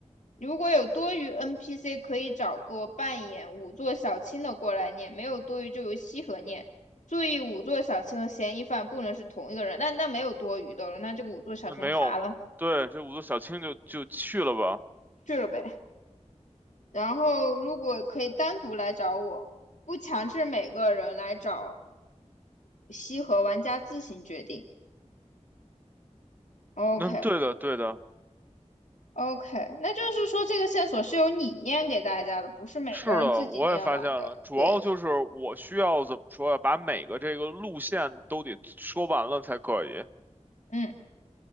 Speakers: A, on the left; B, on the right.
A: 如果有多余 NPC，可以找个扮演五座小青的过来念；没有多余就由西河念。注意，五座小青和嫌疑犯不能是同一个人。那那没有多余的了，那这个五座小青卡了，
B: 那没有吧？对，这五座小青就就去了吧。
A: 去了呗。然后如果可以单独来找我，不强制每个人来找西河，玩家自行决定。OK
B: 那对的，对的。
A: OK，那就是说这个线索是由你念给大家的，不是每个人自己念完的。
B: 是的，我也发现了，主要就是我需要怎么说呀，
A: 对，
B: 把每个这个路线都得说完了才可以。
A: 嗯，